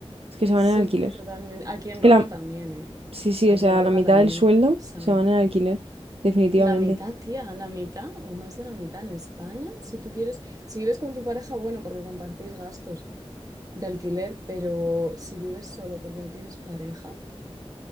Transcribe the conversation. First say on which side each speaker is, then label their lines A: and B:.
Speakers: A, on the right (about 70°); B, on the right (about 35°).
A: Es que se
B: sí,
A: van en el alquiler.
B: totalmente. Aquí en
A: Es que
B: Roma
A: la...
B: también, ¿eh?
A: Sí, sí,
B: Aquí
A: o sea,
B: en Roma
A: la mitad
B: también.
A: del sueldo
B: O sea,
A: se va en el alquiler. Definitivamente.
B: la mitad, tía, la mitad o más de la mitad en España, si tú quieres, si vives con tu pareja, bueno, porque compartís gastos de alquiler, pero si vives solo porque no tienes pareja.